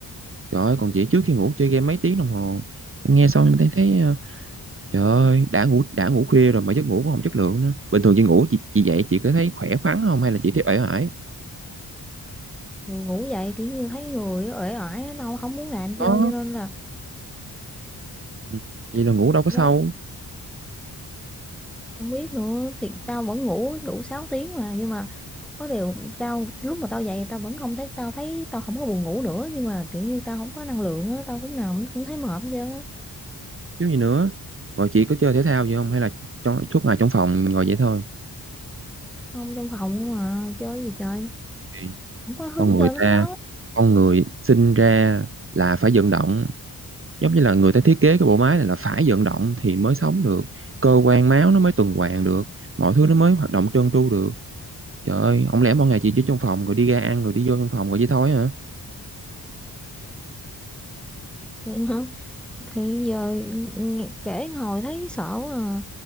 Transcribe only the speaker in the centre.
rồi ngủ dậy kiểu như thấy người uể oải, đâu không muốn làm
chơi cho nên là
gói
không biết nữa thì tao vẫn ngủ đủ 6 tiếng mà nhưng mà có điều tao lúc mà tao dậy tao vẫn không thấy tao thấy tao không có buồn ngủ nữa nhưng mà kiểu như tao không có năng lượng á tao cũng nào cũng thấy mệt hết trơn á
không trong phòng mà chơi gì chơi
không có hứng
chơi
mấy
cái đó
thì, <laughs> thì giờ nghe- kể ngồi thấy sợ quá à.